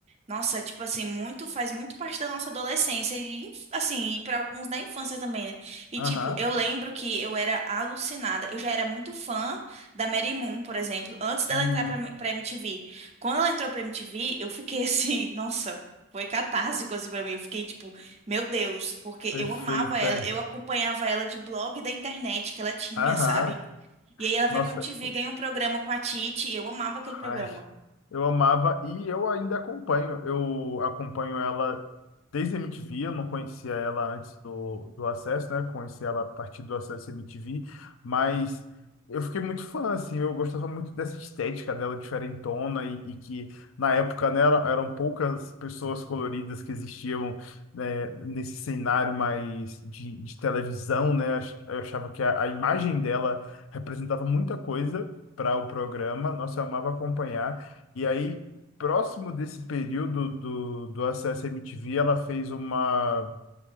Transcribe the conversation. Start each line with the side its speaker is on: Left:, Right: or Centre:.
Right: Nossa, tipo assim, muito faz muito parte da nossa adolescência e inf- assim, e para alguns da infância também, né? E
Left: Aham.
Right: tipo, eu lembro que eu era alucinada. Eu já era muito fã da Mary Moon, por exemplo, antes dela
Left: Sim.
Right: entrar pra, pra MTV. Quando ela entrou pra MTV, eu fiquei <laughs> assim, nossa, foi catártico assim pra mim. Eu fiquei tipo, meu Deus, porque
Left: Perfeita.
Right: eu amava ela, eu acompanhava ela de blog da internet que ela tinha,
Left: Aham.
Right: sabe? E aí ela vai
Left: Nossa,
Right: pra MTV, ganha um programa com a Titi, e eu amava aquele programa.
Left: Ai, eu amava e eu ainda acompanho. Eu acompanho ela desde a MTV. Eu não conhecia ela antes do, do Acesso, né? Conheci ela a partir do Acesso MTV, mas eu fiquei muito fã, assim. Eu gostava muito dessa estética dela diferentona e, e que na época, né, era- eram poucas pessoas coloridas que existiam, né, nesse cenário mais de, de televisão, né? Eu ach- eu achava que a a imagem dela representava muita coisa para o programa, nossa, eu amava acompanhar. E aí, próximo desse período do, do Acesso MTV, ela fez uma.